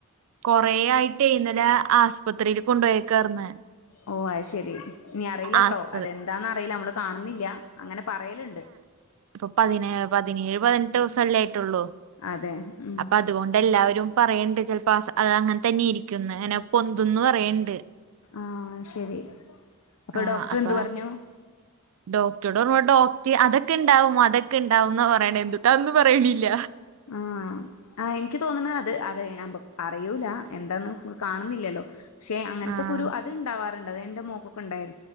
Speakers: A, on the right; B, on the left.
A: കൊറേ ആയിട്ടേയ്ന്നെലെ ആസ് പുത്തിരിയിൽ കൊണ്ടേയ്ക്കർന്ന്.
B: ഓ അത്ശരി ഇനി അറിയില്ലട്ടോ
A: ആസ്പത്രി
B: അതെന്താന്ന് അറിയില്ല അമ്മള് കാണുന്നില്ല അങ്ങനെ പറയലുണ്ട്
A: അപ്പൊ പതിനേ പതിനേഴ് പതിനെട്ട് വുസല്ലേ ആയിട്ടുള്ളൂ
B: അതെ ഉം
A: അപ്പൊ അതുകൊണ്ട് എല്ലാവരും പറയണ്ട് ചിലപ്പോ അത് അങ്ങനെ തന്നെ ഇരിക്കുന്നു അങ്ങനെ പൊന്ന്തന്ന് പറയണ്ട്
B: ആ ശരി അപ്പൊ
A: ആഹ്
B: ഡോക്ടർ
A: അപ്പ
B: എന്ത് പറഞ്ഞു
A: ഡോക്ടർടെ ഓർമ ഡോ ഏ അതൊക്കെണ്ടാവും അതൊക്കെണ്ടാവും എന്ന പറയണ് എന്തുട്ടാന്ന് പറയിണില്ല.
B: ആ ആ എനിക്ക് തോന്ന്ണ് അത് അതെ? ഞാൻ പൊ അറിയൂലാ എന്താന്ന് കാണുന്നില്ലല്ലോ പക്ഷെ അങ്ങനത്തൊക്ക
A: ആഹ്
B: ഒരു അത്ണ്ടാവാ ക്കെ ഉണ്ട